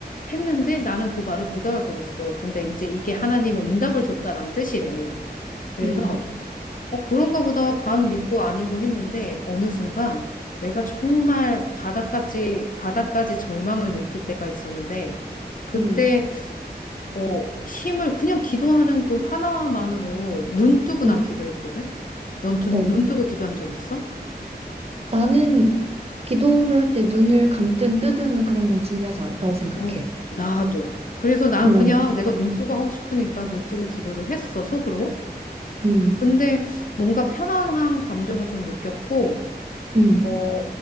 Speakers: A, on the left (about 50°); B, on the right (about 35°).
A: 했는데 나는 그 말을 못 알아들었어. 근데 이제 이게 하나님의 응답을 줬다는 뜻이래. 그래서,
B: 음,
A: 어, 그런가 보다 반 믿고 아니고 했는데 어느 순간 내가 정말 바닥까지, 바닥까지 절망을 느낄 때가 있었는데 그때,
B: 음,
A: 어, 힘을 그냥 기도하는 그 하나만으로 눈 뜨고
B: 음.
A: 난 기도했거든? 넌눈
B: 어,
A: 뜨고 기도한 적 있어?
B: 나는 기도를 할 때 눈을 감든 뜨든 그런 건 중요하지 않다고 생각해.
A: 어, 나도. 그래서 난
B: 뭐,
A: 그냥 내가 눈 뜨고 하고 싶으니까 눈 뜨고 기도를 했어, 속으로.
B: 음,
A: 근데 뭔가 편안한 감정을 좀 느꼈고,
B: 음,
A: 어,